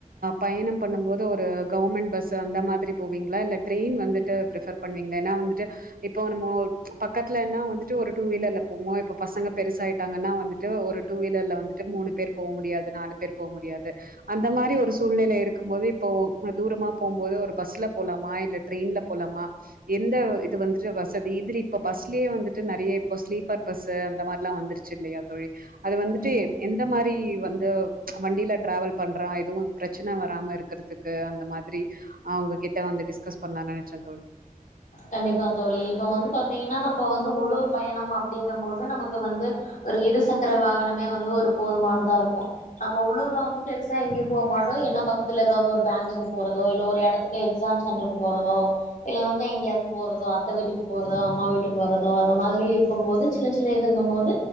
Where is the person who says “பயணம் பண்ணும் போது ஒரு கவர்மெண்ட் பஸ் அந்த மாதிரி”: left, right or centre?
Right